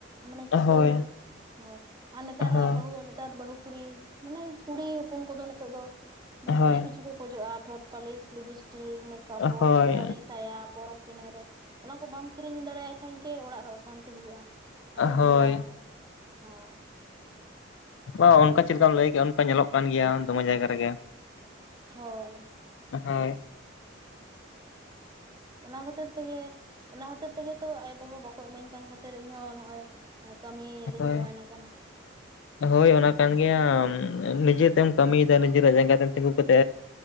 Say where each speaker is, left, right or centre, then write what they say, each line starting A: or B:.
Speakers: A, on the right; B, on the left.
A: ᱢᱟᱱᱮ ᱪᱤᱠᱟᱹ
B: ᱦᱳᱭ
A: ᱦᱳᱭ ᱟᱨ ᱱᱮᱛᱟᱨᱟᱜ
B: ᱦᱳᱭ
A: ᱵᱟᱦᱩ ᱱᱮᱛᱟᱨ ᱵᱟᱹᱦᱩ ᱠᱩᱲᱤ ᱢᱟᱱᱮ ᱠᱩᱲᱤ ᱦᱚᱯᱚᱱ ᱠᱚᱫᱚ ᱱᱤᱛᱚᱜ ᱫᱚ ᱢᱟᱱᱮ
B: ᱦᱳᱭ
A: ᱟᱹᱰᱤ ᱠᱤᱪᱷᱩ ᱠᱚ ᱠᱷᱚᱡᱚᱜᱼᱟ ᱴᱷᱚᱴ ᱯᱟᱞᱤᱥ ᱞᱤᱵᱤᱥᱴᱤᱠ ᱢᱮᱠᱟᱯ
B: ᱦᱳᱭ
A: ᱵᱚᱠᱥ ᱥᱟᱹᱲᱤ ᱥᱟᱭᱟ ᱯᱚᱨᱚᱵᱽ ᱯᱤᱱᱟᱭ ᱨᱮ ᱚᱱᱟ ᱠᱚ ᱵᱟᱢ ᱠᱤᱨᱤᱧ ᱫᱟᱲᱮᱭᱟᱭ ᱠᱷᱟᱡ ᱜᱮ ᱚᱲᱟᱜ ᱨᱮ ᱚᱥᱟᱱᱛᱤ ᱦᱩᱭᱩᱜᱼᱟ ᱟᱨᱚᱸᱭ
B: ᱦᱳᱭ
A: ᱫᱟᱹᱲᱟᱭ ᱦᱳᱭ
B: ᱵᱟ ᱚᱱᱠᱟ ᱪᱮᱜᱠᱟᱢ ᱞᱟᱹᱭ ᱠᱮᱭᱮ ᱚᱱᱠᱟ ᱧᱮᱞᱚᱜ ᱠᱟᱱ ᱜᱮᱭᱟ ᱫᱚᱢᱮ ᱡᱟᱭᱜᱟ ᱨᱮᱜᱮ
A: ᱦᱳᱭ
B: ᱦᱳᱭ
A: ᱚᱱᱟ ᱠᱷᱟᱹᱛᱤᱨ ᱛᱮᱜᱮ ᱚᱱᱟ ᱠᱷᱟᱹᱛᱤᱨ ᱛᱮᱜᱮ ᱛᱚ ᱟᱭᱳ ᱵᱟᱵᱟ ᱵᱟᱠᱚ ᱤᱢᱟᱹᱧ ᱠᱟᱱ ᱠᱷᱟᱹᱛᱤᱨ ᱤᱧᱦᱚ ᱱᱚᱜᱼᱚᱭ ᱠᱟᱹᱢᱤ ᱨᱤᱧ
B: ᱦᱳᱭ
A: ᱡᱚᱭᱮᱱ ᱟᱠᱟᱱᱟ
B: ᱦᱳᱭ ᱚᱱᱟ ᱠᱟᱱ ᱜᱮᱭᱟ ᱱᱤᱡᱮ ᱛᱮᱢ ᱠᱟᱹᱢᱤᱭᱫᱟ ᱱᱤᱡᱮᱨᱟᱜ ᱡᱟᱸᱜᱟ ᱛᱮᱢ ᱛᱤᱸᱜᱩ ᱠᱟᱛᱮ